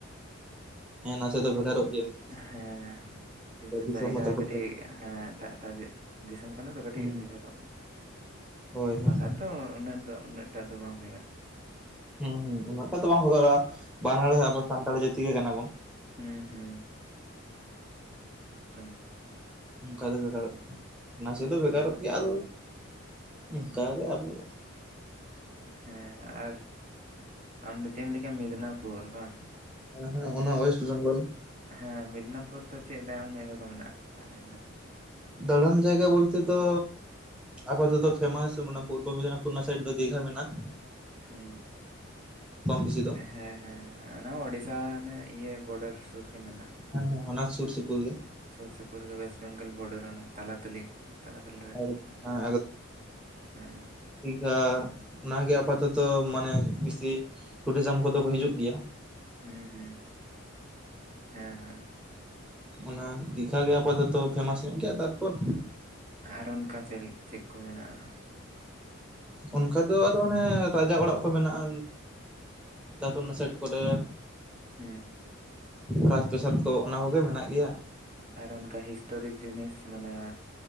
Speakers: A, in the centre; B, on the right (about 35°).
A: ᱦᱮᱸ ᱱᱟᱥᱮ ᱫᱚ ᱵᱷᱮᱜᱟᱨᱚᱜ ᱜᱮᱭᱟ
B: ᱦᱮᱸ ᱡᱮᱦᱮᱛᱩ
A: ᱫᱤᱥᱚᱢ
B: ᱡᱟᱭᱜᱟ
A: ᱦᱚᱸ ᱛᱟᱠᱚ
B: ᱠᱟᱹᱴᱤᱡ
A: ᱫᱚ᱾
B: ᱦᱮᱸ ᱮᱴᱟᱜ ᱫᱤᱥᱚᱢ ᱠᱟᱱᱟ ᱫᱚ ᱠᱟᱹᱴᱤᱡ
A: ᱦᱮᱸ
B: ᱵᱷᱮᱜᱟᱨᱚᱜ ᱜᱮᱭᱟ
A: ᱦᱳᱭ ᱦᱳᱭ
B: ᱵᱟᱠᱷᱟᱱ ᱛᱚ ᱩᱱᱟᱹᱜ ᱫᱚ ᱩᱱᱟᱹᱜ ᱮᱴᱟᱜ ᱫᱚ ᱵᱟᱝ ᱵᱷᱮᱜᱟᱨ
A: ᱦᱩᱸ ᱦᱩᱸ ᱩᱱᱟᱹᱜᱴᱟᱜ ᱫᱚᱚ ᱵᱟᱝ ᱵᱚᱫᱚᱞᱚᱜ ᱟ ᱵᱟᱱᱟᱦᱚᱲ ᱜᱮ ᱟᱵᱚ ᱥᱟᱱᱛᱟᱲ ᱡᱟᱹᱛᱤ ᱜᱮ ᱠᱟᱱᱟ ᱵᱚᱱ᱾
B: ᱦᱮᱸ ᱦᱩᱸ ᱮᱠᱫᱚᱢ᱾
A: ᱚᱱᱠᱟ ᱫᱚ ᱵᱷᱮᱜᱟᱨᱚᱜ ᱜᱮ ᱱᱟᱥᱮ
B: ᱦᱮᱸ
A: ᱫᱚ ᱵᱷᱮᱜᱟᱨᱚᱜ ᱜᱮᱭᱟ ᱟᱫᱚ ᱚᱝᱠᱟ ᱜᱮ ᱟᱵᱚ
B: ᱦᱮᱸ ᱟᱨ ᱟᱢᱫᱚ ᱪᱮᱫ ᱮᱢ ᱞᱟᱹᱭ ᱠᱮᱜ ᱟ ᱢᱤᱫᱽᱱᱟᱯᱩᱨ ᱵᱟ?
A: ᱦᱮᱸ ᱦᱮᱸ ᱚᱱᱟ ᱚᱭᱮᱥᱴ ᱵᱮᱝᱜᱚᱞ᱾
B: ᱦᱮᱸ ᱢᱤᱫᱽᱱᱟᱯᱩᱨ ᱫᱚ ᱪᱮᱫ ᱫᱟᱬᱟᱱ ᱡᱟᱭᱜᱟ ᱠᱚ ᱢᱮᱱᱟᱜᱼᱟ ᱛᱟᱦᱞᱮ ᱚᱸᱰᱮ ᱫᱚ?
A: ᱫᱟᱲᱟᱱ ᱡᱟᱭᱜᱟ ᱵᱚᱞᱛᱮ ᱫᱚ ᱟᱵᱚ ᱫᱚ ᱛᱚ ᱯᱷᱮᱢᱟᱥ ᱢᱟᱱᱮ ᱯᱩᱨᱵᱚᱢᱤᱫᱽᱱᱟᱯᱩᱨ ᱨᱮᱱᱟᱜ ᱥᱟᱭᱤᱰ ᱫᱚ ᱫᱤᱜᱷᱟ ᱢᱮᱱᱟᱜ ᱟ
B: ᱦᱚᱸᱻ
A: ᱵᱮᱥᱤ ᱫᱚ
B: ᱦᱮᱸ ᱦᱮᱸ ᱦᱮᱸ ᱚᱱᱟ ᱚᱰᱤᱥᱟ ᱚᱱᱮ ᱤᱭᱟᱹ ᱵᱳᱰᱟᱨ ᱥᱩᱨ ᱨᱮᱜᱮ ᱢᱮᱱᱟᱜᱼᱟ
A: ᱦᱮᱸ ᱦᱮᱸ ᱚᱱᱟ ᱥᱩᱨ ᱥᱩᱯᱩᱨ ᱜᱮ
B: ᱥᱩᱨ ᱥᱩᱯᱩᱨ ᱨᱮᱜᱮ ᱚᱭᱮᱥᱴ ᱵᱮᱝᱜᱚᱞ ᱵᱚᱨᱰᱟᱨ ᱛᱟᱞᱟ ᱛᱟᱞᱤ ᱛᱟᱞᱟ ᱛᱟᱞᱤ ᱨᱮ
A: ᱦᱮᱸ
B: <unintelligible> ᱢᱮᱱᱟᱜᱼᱟ ᱦᱮᱸ
A: ᱦᱮ ᱚᱱᱟᱜᱮ ᱟᱯᱟᱛᱚᱛᱚ ᱢᱟᱱᱮ ᱵᱤᱥᱤ ᱴᱩᱨᱤᱡᱟᱢ ᱠᱚᱫᱚ ᱠᱚ ᱦᱤᱡᱩᱜ ᱜᱮᱭᱟᱹ᱾
B: ᱦᱩᱸ ᱦᱩᱸ ᱦᱮᱸ ᱦᱮᱸ
A: ᱚᱱᱟ ᱫᱤᱜᱷᱟ ᱜᱮ ᱟᱯᱟᱛᱚᱛᱚ ᱯᱷᱮᱢᱟᱥ ᱧᱚᱜ ᱜᱮᱭᱟ ᱛᱟᱨᱯᱚᱨ
B: ᱟᱨᱚ ᱚᱱᱠᱟ ᱪᱮᱫ ᱪᱮᱫ ᱠᱚ ᱢᱮᱱᱟᱜᱼᱟ?
A: ᱚᱱᱠᱟ ᱫᱚ ᱟᱫᱚ ᱚᱱᱮᱻ ᱨᱟᱹᱡᱟᱜ ᱚᱲᱟᱜ ᱠᱚ ᱢᱮᱱᱟᱜᱼᱟ ᱫᱟᱛᱚᱱ ᱚᱱᱟ ᱥᱟᱭᱤᱰ ᱠᱚᱨᱮ᱾
B: ᱦᱩᱸᱻ
A: ᱨᱟᱹᱡᱽ ᱯᱨᱚᱥᱟᱫᱽ ᱠᱚ ᱚᱱᱟ ᱠᱚᱜᱮ ᱢᱮᱱᱟᱹᱜ ᱜᱮᱭᱟ
B: ᱟᱨ ᱚᱱᱠᱟ ᱦᱤᱥᱴᱚᱨᱤᱠ ᱡᱤᱱᱤᱥ ᱢᱟᱱᱮᱻ